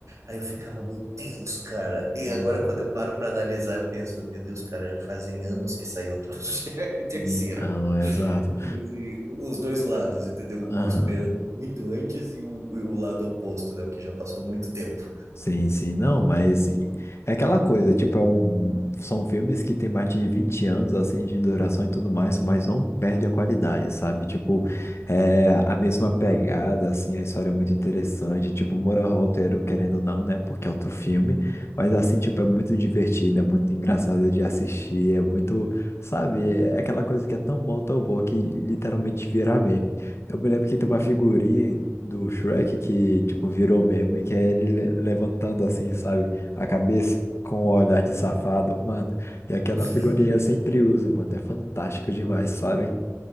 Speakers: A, on the right (about 70°); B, on the left (about 55°).
A: Aí eu ficava, meu Deus, cara. E
B: Nossa.
A: agora, quando eu paro para analisar, eu penso, meu Deus, cara, já fazem anos que saiu o troço <laughs> e terceiro.
B: Então, exato.
A: E os dois lados, entendeu? O
B: Aham.
A: esperando muito antes e o, e o lado oposto, né? O que já passou muito tempo.
B: Sim, sim, não, mas e- é aquela coisa, tipo, é um, são filmes que tem mais de 20 anos, assim, de duração e tudo mais, mas não perde a qualidade, sabe? Tipo, é a mesma pegada, assim, a história é muito interessante, tipo, mora roteiro, querendo ou não, né, porque é outro filme, mas, assim, tipo, é muito divertido, é muito engraçado de assistir, é muito, sabe, é aquela coisa que é tão bom, tão bom, que literalmente vira meme. Eu me lembro que tem uma figurinha do Shrek que, tipo, virou meme, que é ele le- levantando assim, sabe? A cabeça com o olhar de safado, mano. E aquela
A: <laughs>
B: figurinha eu sempre uso, mano. É fantástico demais, sabe?